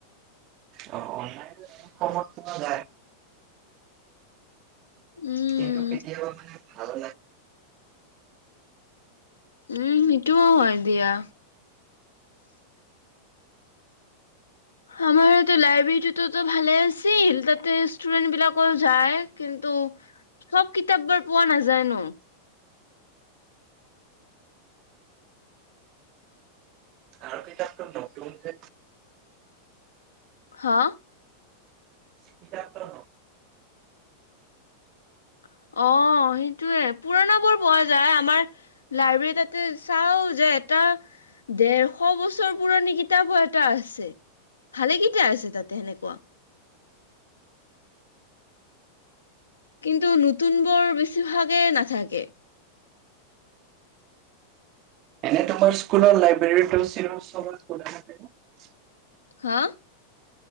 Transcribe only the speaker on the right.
অ অনলাইন সময়ত পোৱা যায়।
কিন্ত কেতিয়াবা মানে ভালে
আৰু কিতাপটো নতুন যে
কিতাপটো
এনে তোমাৰ স্কুলৰ লাইব্ৰেৰীত <unintelligible>